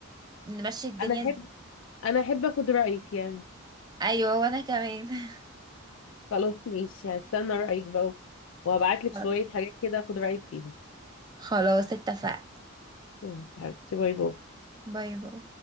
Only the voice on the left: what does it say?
أنا
أحب أنا أحب أخد رأيك يعني
خلاص ماشي هستنى رأيك بقى وهبعتلك
شوية حاجات كده أخد رأيك فيهم
ماشي حبيبتي باي باي